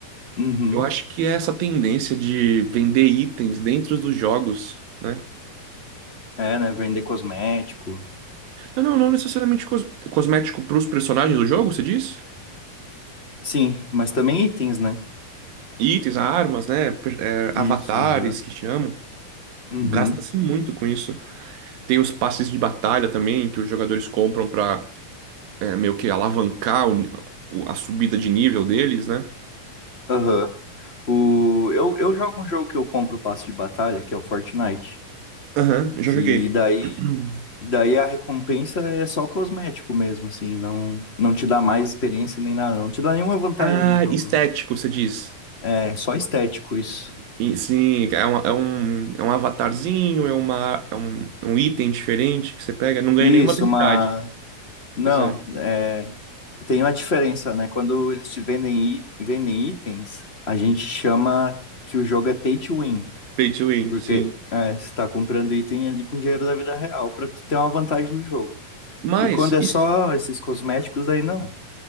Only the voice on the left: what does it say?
uhum,
é, né, vender cosmético,
sim, mas também itens, né?
Isso,
aham,
uhum,
aham. O... Eu, eu jogo um jogo que eu compro o passe de batalha, que é o Fortnite.
Que
daí,
daí a recompensa é só cosmético mesmo, assim, não, não te dá mais experiência nem nada, não te dá nenhuma vantagem
no jogo,
né?
É só estético isso.
Isso,
mas não,
é... tem uma diferença, né? Quando eles te vendem, i- vendem itens, a gente chama que o jogo é pay to win,
porque
é, você tá comprando item ali com dinheiro da vida real pra tu ter uma vantagem no jogo.
E quando é
só esses cosméticos, aí não.